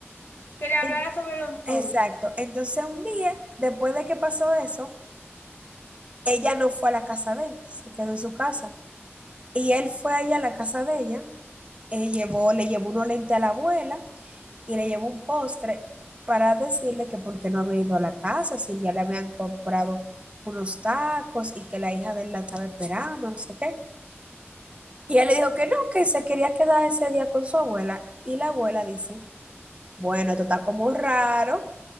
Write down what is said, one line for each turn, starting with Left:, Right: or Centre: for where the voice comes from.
Left: que le hablara
Right: En-
Left: sobre los
Right: Exacto.
Left: novios.
Right: Entonces un día, después de que pasó eso, ella no fue a la casa de él, se quedó en su casa. Y él fue allá a la casa de ella, eh, llevó, le llevó unos lentes a la abuela y le llevó un postre para decirle que por qué no había ido a la casa, si ya le habían comprado unos tacos y que la hija de él la estaba esperando, no sé qué. Y él le dijo que no, que se quería quedar ese día con su abuela. Y la abuela dice, bueno, esto está como raro